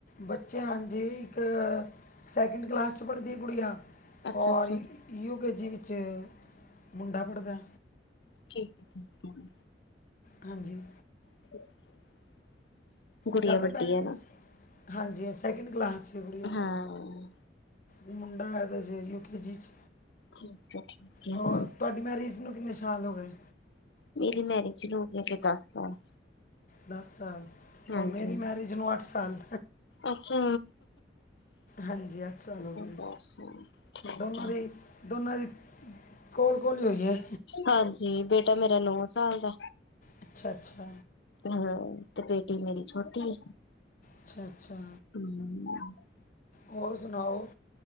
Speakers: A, on the left (about 50°); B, on the left (about 75°).
A: ਬੱਚੇ ਹਾਂਜੀ, ਇੱਕ ਸੈਕਿੰਡ ਕਲਾਸ 'ਚ ਪੜ੍ਹਦੀ ਕੁੜੀ ਆ
B: ਅੱਛਾ-ਅੱਛਾ,
A: ਔਰ ਯੁ ਕੇਜੀ ਵਿੱਚ ਮੁੰਡਾ ਪੜ੍ਹਦਾ।
B: ਠੀਕ ਹੈ ਠੀਕ,
A: ਹਾਂਜੀ,
B: <unintelligible> ਗੁੜੀਆ
A: ਜ਼ਿਆਦਾ
B: ਵੱਡੀ
A: ਟਾਈਮ
B: ਹੈ ਨਾ?
A: ਹਾਂਜੀ ਸੈਕਿੰਡ ਕਲਾਸ 'ਚ ਐ ਗੁੜੀਆ
B: ਹਾਂ,
A: ਮੁੰਡਾ ਹੈ ਤੇ ਜੇ ਯੂ ਕੇ ਜੀ ਚ,
B: ਠੀਕ ਹੈ, ਠੀਕ
A: ਹੋਰ
B: ਹੈ।
A: ਤੁਹਾਡੀ ਮੈਰੀਜ਼ ਨੂੰ ਕਿੰਨੇ ਸਾਲ ਹੋ ਗਏ?
B: ਮੇਰੀ ਮੈਰਿਜ ਨੂੰ ਹੋਗੇ, ਦਸ ਸਾਲ
A: ਦਸ ਸਾਲ
B: ਹਾਂਜੀ
A: ਔਰ ਮੇਰੀ
B: ਹਾਂਜੀ।
A: ਮੈਰਿਜ ਨੂੰ ਅੱਠ ਸਾਲ
B: ਅੱਛਾ
A: ਹਾਂਜੀ ਸਾਲ ਹੋ ਗਏ
B: ਬਸ ਠੀਕ
A: ਦੋਨਾਂ
B: ਹੈ।
A: ਦੀ ਦੋਨਾਂ ਦੀ ਕੋਲ-ਕੋਲ ਹੋਏ।
B: ਹਾਂਜੀ, ਬੇਟਾ ਮੇਰਾ ਨੌ ਸਾਲ ਦਾ
A: ਅੱਛਾ ਅੱਛਾ
B: ਹਾ ਤੇ ਬੇਟੀ ਮੇਰੀ ਛੋਟੀ ਐ
A: ਅੱਛਾ-ਅੱਛਾ,
B: ਹੂੰ,
A: ਹੋਰ ਸੁਣਾਓ?